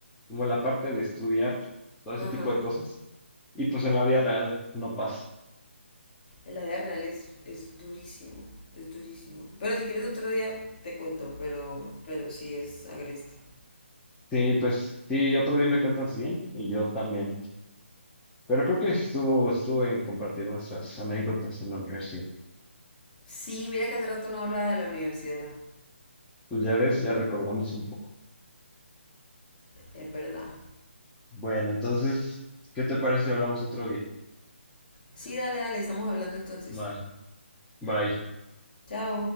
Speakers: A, in the centre; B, on the left.
A: como la parte de estudiar todo ese
B: Ajá.
A: tipo de cosas. Y pues en la vida real no pasa.
B: En la vida real es, es durísimo, es durísimo. Pero si quieres otro día te cuento, pero, pero sí es agreste.
A: Sí, pues sí, otro día me cuentas bien y yo también. Pero creo que estuvo, estuvo en compartir nuestras anécdotas en la universidad.
B: Sí, mira que hace rato no hablaba de la universidad,
A: Pues ya ves, ya recordamos un poco.
B: es verdad.
A: Bueno, entonces, ¿qué te parece si hablamos otro día?
B: Sí, dale, dale, estamos hablando entonces.
A: Vale, bye.
B: Chao.